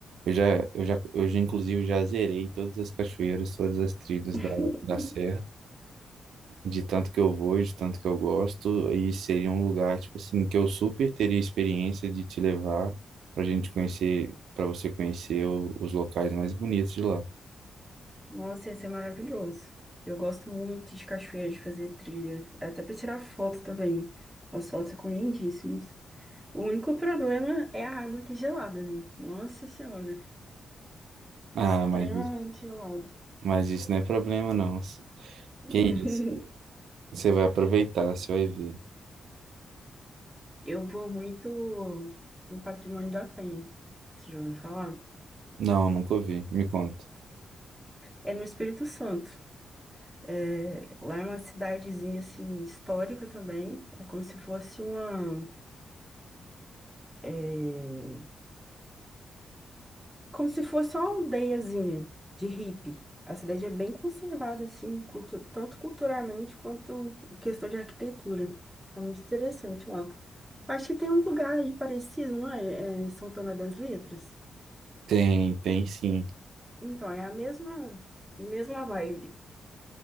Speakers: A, on the right; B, in the centre.
A: eu já, eu já, eu já inclusive já zerei todas as cachoeiras, todas as trilhas
B: <laughs>
A: da, da serra de tanto que eu vou, de tanto que eu gosto, e seria um lugar, tipo assim, que eu super teria experiência de te levar pra gente conhecer, pra você conhecer o- os locais mais bonitos de lá.
B: Nossa, ia ser maravilhoso. Eu gosto muito de cachoeira, de fazer trilha. Até para tirar foto também. As fotos ficam lindíssimas. O único problema é a água que é gelada, né? Nossa Senhora.
A: Ah,
B: Extremamente
A: mas, isso-
B: gelado.
A: mas isso não é problema, não.
B: <laughs>
A: Que isso? Você vai aproveitar, você vai ver.
B: Eu vou muito em Patrimônio da Penha. Você já ouviu falar?
A: Não, nunca ouvi. Me conta.
B: É no Espírito Santo. É, lá é uma cidadezinha assim histórica também. É como se fosse uma, é, como se fosse uma aldeiazinha de hippie. A cidade é bem conservada assim, cultu- tanto culturalmente quanto em questão de arquitetura. É muito interessante lá. Acho que tem um lugar aí parecido, não é? É São Tomé das Letras.
A: Tem, tem sim.
B: Então, é a mesma, mesma vibe.